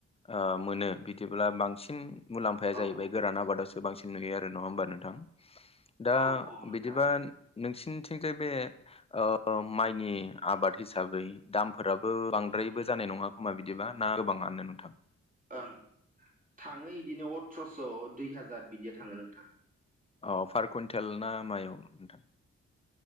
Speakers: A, on the left (about 20°); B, on the right (about 25°).
A: ओ मोनो बिदिब्ला बांसिन मुलाम्फाया
B: औ
A: जाहैबाय गोरान आबादावसो बांसिन नुयो आरो नङा होमबा नोंथां
B: औ
A: दा
B: औ नोंथां
A: बिदिबा नोंसिनिथिंजाय बे ओ माइनि आबाद हिसाबै दामफोराबो बांद्रायबो जानाय नङा खोमा बिदिबा ना गोबाङानो नोंथां
B: ओं थाङो बिदिनो अथ्रस' दुइ हाजार बिदिया थाङो नोंथां
A: अ पार कुइन्टेल ना मायाव नोंथां?